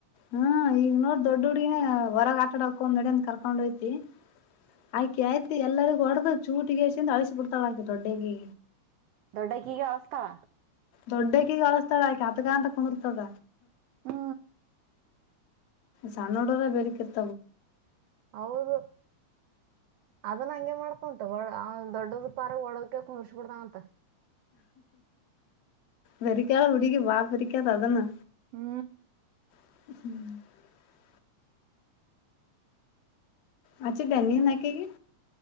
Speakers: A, on the left; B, on the right.
A: ಹ್ಮ ಈಗ ನೋಡ್ ದೊಡ್ಡ ಹುಡಿಗಿನೇ ಹೊರಗ ಆಟ ಆಡ ಹೋಮ ನಡಿ ಅಂತ ಕರ್ಕೊಂಡ್ ಹೋಯ್ತಿ ಅಕಿ ಆಯ್ತ ಎಲ್ಲರಿಗಿ ಹೊಡದ ಚೂಟಿಗೆಸಿಂದ ಅಳಿಸಿ ಬಿಡತಾಳ ಅಕಿ ದೊಡ್ಡಕಿಗಿ
B: ದೊಡ್ಡಕೀಗ ಅಳಸತಾಳ
A: ದೊಡ್ಡಕ್ಕೀಗೆ ಅಳಸತಾಳ ಆಕಿ ಅತಗ ಅಂತ ಕುಂದರ್ತದ
B: ಹೂ
A: ಸಣ್ಣ ಹುಡುಗುರೆ ಬರಿಕಿ ಇರ್ತಾವ
B: ಹೌದು ಅದನ್ನ ಹಂಗೆ ಮಾಡ್ತ ಹೊಡ ದೊಡ್ಡದ ಪಾರಗ ಹೊಡದ ಕುಂದ್ರಿಸಿ ಬಿಡ್ತನ ಅಂತ
A: ಬರೀಕ್ಯಾಲ ಆ ಹುಡುಗಿ ಬಾ ಬೆರಿಕ್ಯಾದ ಅದನ್ನು
B: ಹೂ
A: <inaudible> ಹಚ್ಚಿದೆ ಏನ ನೀನು ಅಕಿಗಿ